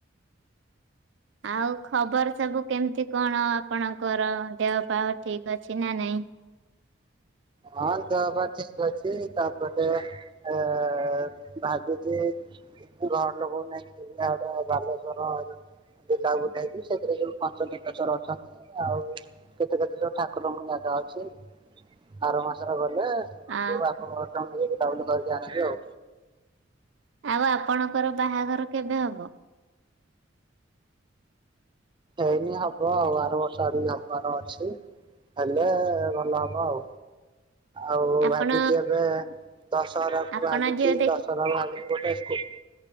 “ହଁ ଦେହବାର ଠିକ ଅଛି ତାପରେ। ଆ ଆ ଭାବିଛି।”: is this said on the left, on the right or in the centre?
Right